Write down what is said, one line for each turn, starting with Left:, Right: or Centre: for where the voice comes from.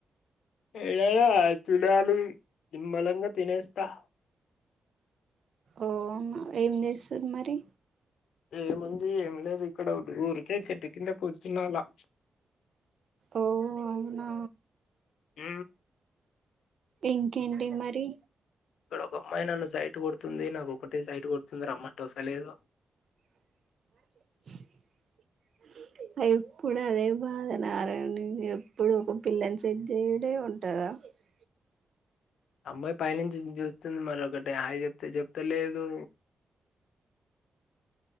Left: ఏడ చూడాలి నిమళంగా తినేస్తస్తా
Right: అవునా ఏంచేస్తురు మరి
Left: ఏముంది ఏం లేదు ఇక్కడ ఊరికే చెట్టు కింద కూర్చున్నాాల
Right: ఓ అవునా
Left: ఆ
Right: ఇంకా ఏంటి మరిీ
Left: ఇక్కడ ఒక అమ్మాయి నన్ను సైట్ కొడుతుంది నాకు ఒకటే సైట్ కొడుతుంది రామంటే వస్తులేదు,
Right: <unintelligible> ఎప్పుడు అదే బాధ నారాయణ ఎప్పుడు ఒక పిల్లని సెట్ చేయుడే ఉంటాదా <unintelligible>
Left: అమ్మాయి పైనుంచి చూస్తుంది మరి ఒకటిే హాయి చెప్తే చెప్తా లేదు,